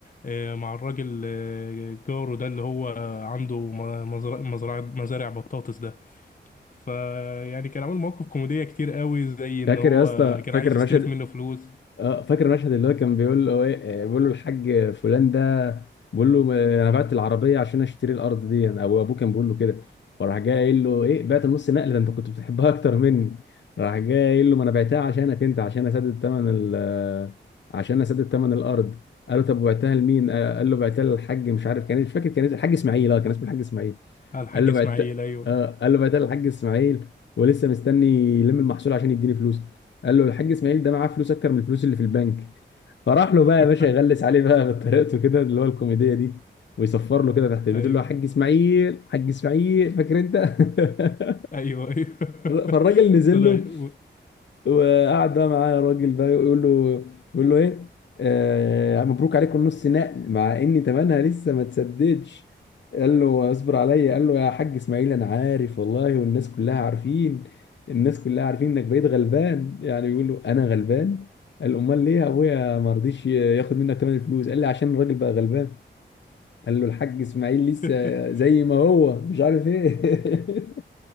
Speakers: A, on the left (about 45°); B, on the left (about 70°).
A: آه، مع الراجل آه، جاره ده اللي هو عنده م- مزرعه مزرعه مزارع بطاطس ده فيعني كان عامل مواقف كوميديه كتير قوي زي ان
B: فاكر
A: هو
B: يا اسطى
A: كان
B: فاكر
A: عايز
B: المشهد
A: يستلف منه فلوس
B: اه فاكر المشهد اللي هو كان بيقول له ايه آه، بيقول له الحاج فلان ده بيقول له آه، انا بعت العربيه عشان اشتري الارض دي انا او ابوه كان بيقول له كده وراح جاي قايل له ايه بعت النص نقل ده انت كنت بتحبها اكتر مني راح جاي قايل له ما انا بعتها عشانك انت عشان اسدد ثمن ال آه، عشان اسدد ثمن الارض قال له طب وبعتها لمين آه، قال له بعتها للحاج مش عارف كان مش فاكر كان اسمه- الحاج اسماعيل اه كان اسمه الحاج اسماعيل
A: على الحاج
B: قال له
A: اسماعيل
B: بعت
A: ايوه
B: اه قال له بعتها الحاج اسماعيل ولسه مستني يلم المحصول عشان يديني فلوس قال له الحاج اسماعيل ده معاه فلوس اكتر من الفلوس اللي في البنك فراح له
A: <laughs>
B: بقى يا باشا يغلس عليه بقى <laughs> بطريقته كده اللي هو الكوميديه دي ويصفر له كده تحت البيت
A: ايوه
B: يقول له يا حاج اسماعيل حاج اسماعيل فاكر انت <laughs>
A: ايوه ايوه
B: فالراجل
A: <laughs>
B: نزل
A: طلع
B: له
A: و-
B: وقعد بقى معاه الراجل بقى يقول له يقول له ايه آه يعني مبروك عليكم نص نقل مع ان تمنها لسه ما تسددش قال له اصبر عليا قال له يا حاج اسماعيل انا عارف والله والناس كلها عارفين الناس كلها عارفين انك بقيت غلبان يعني بيقول له انا غلبان قال امال ليه يا ابويا ما رضيش ياخد منك تمن الفلوس قال لي عشان الراجل بقى غلبان قال له الحاج اسماعيل لسه
A: <laughs>
B: زي ما هو مش عارف ايه <laughs>